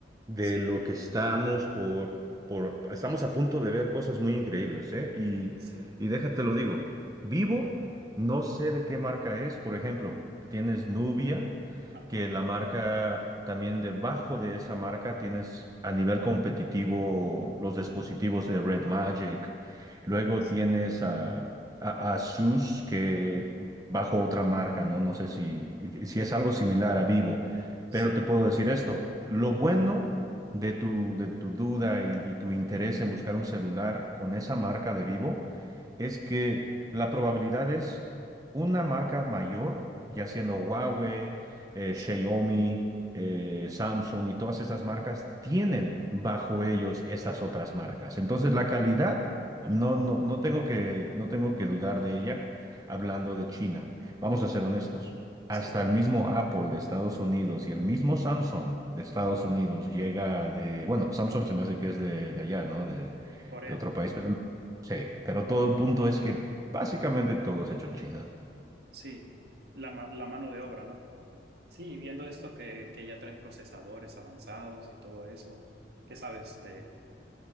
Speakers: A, on the right (about 20°); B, on the right (about 65°).
A: de
B: sí,
A: lo que estamos por, por, estamos a punto de ver cosas muy increíbles, ¿eh? Y,
B: sí,
A: y déjate lo digo, Vivo, no sé de qué marca es, por ejemplo, tienes Nubia.
B: ajá,
A: que la marca, también debajo de esa marca tienes a nivel competitivo los dispositivos de Red Magic. Luego
B: sí,
A: tienes a, a- a Asus, que bajo otra marca, ¿no? No sé si, si es algo similar a Vivo,
B: sí,
A: pero te puedo decir esto. Lo bueno de tu, de tu duda y, y tu interés en buscar un celular con esa marca de Vivo es que la probabilidad es una marca mayor, ya siendo Huawei, eh,
B: sí,
A: Xiaomi, eh, Samsung y todas estas marcas, tienen bajo ellos estas otras marcas. Entonces la calidad,
B: ajá,
A: no, no, no tengo que, no tengo que dudar de ella hablando de China. Vamos a ser honestos. Hasta
B: sí.
A: el mismo Apple de Estados Unidos y el mismo Samsung de Estados Unidos llega de, bueno, Samsung se me hace que es de, de allá, ¿no? De,
B: Corea,
A: de otro país, pero Sí, pero todo el punto es que básicamente todo es hecho en China.
B: sí, la, ma- la mano de obra, ¿no? Sí, viendo esto que, que ya traen procesadores avanzados y todo eso, ¿qué sabes de,